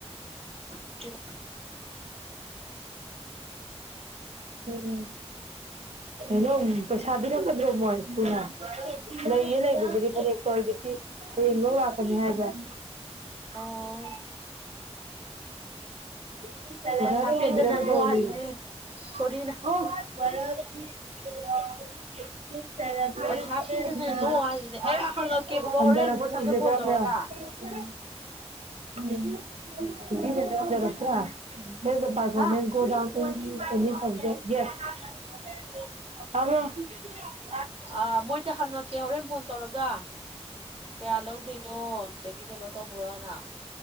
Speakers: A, on the right; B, on the right.
A: <inaudible>
B: <inaudible> ꯎꯝ ꯎꯝ ꯑꯩꯅꯣ ꯄꯩꯁꯥ ꯄꯤꯔꯛꯀꯗ꯭ꯔꯣ ꯃꯣꯏ ꯊꯨꯅ ꯂꯩꯌꯦ ꯂꯩꯕꯕꯨꯗꯤ ꯐꯅꯦꯛꯇꯣ ꯑꯩꯗꯤ ꯄꯤ ꯍꯌꯦꯡ ꯂꯧ ꯂꯥꯛꯀꯅꯤ ꯍꯥꯏꯕ꯭ꯔ <inaudible> <inaudible>
A: ꯑꯣ
B: <unintelligible>
A: ꯄꯩꯁꯥ ꯄꯤꯗꯅ ꯅꯣ ꯍꯥꯏꯁꯤꯅꯤ
B: <unintelligible>
A: ꯁꯣꯔꯤꯅ
B: <unintelligible> ꯁꯦꯂꯦꯕ꯭ꯔꯦꯠ
A: ꯄꯩꯁꯥ ꯄꯤꯗꯅ
B: ꯑꯠ ꯗ
A: ꯅꯣ ꯍꯥꯏꯁꯤꯅꯦ
B: ꯕꯥꯠꯗꯦ
A: ꯑꯩ ꯍꯪꯉꯛꯀꯦꯕꯀꯣ
B: ꯑꯣꯕ ꯍꯗꯔꯄ
A: ꯍꯣꯔꯦꯟ ꯃꯣꯏꯗ
B: ꯁꯝꯖ
A: ꯐꯣꯟ
B: ꯈꯔ
A: ꯇꯧꯔꯒ
B: ꯄꯨ꯭ꯔ ꯌꯦꯒꯣ <unintelligible> ꯇꯨ ꯗ ꯄꯥꯔꯐꯣꯔꯃꯦꯟ
A: ꯍꯥꯥ
B: ꯉꯣ ꯗꯥꯎꯟ <unintelligible>
A: ꯑ ꯃꯣꯏꯗ ꯍꯪꯉꯛꯀꯦ ꯍꯣꯔꯦꯟ ꯐꯣꯟ ꯇꯧꯔꯒ ꯀꯌꯥ ꯂꯧꯗꯣꯏꯅꯣ ꯑꯗꯨꯗꯒꯤ ꯀꯩꯅꯣ ꯇꯧꯒꯔꯣꯅ